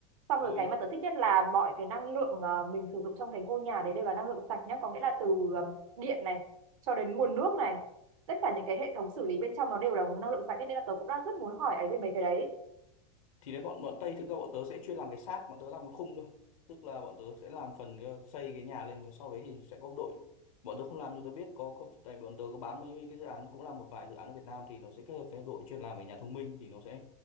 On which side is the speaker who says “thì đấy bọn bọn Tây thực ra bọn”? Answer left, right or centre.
Left